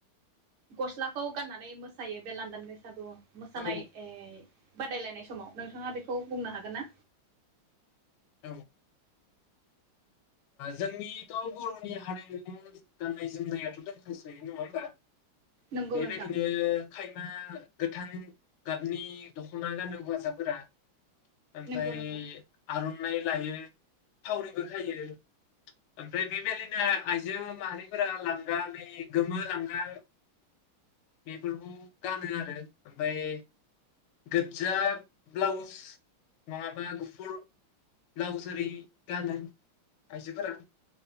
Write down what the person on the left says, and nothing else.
औ
औ जोंनिथ' बर'नि हारिमु गाननाय जोमनायाथ' दोंखासै नङा होमबा।
बेबायदिनो
खायमा गोथां गाबनि दख'ना गानो हौवासाफोरा। आमफ्राय
आर'नाइ। लायो खावरिबो खायो‌ ओमफ्राय बे बादिनो आइजो माहारिफोरा लांगा बा गोमो लांगा बेफोरखौ गानो आरो ओमफ्राय गोजा ब्लाउस नङाबा गुफुर ब्लाउस ओरै गानो। आयजोफोरा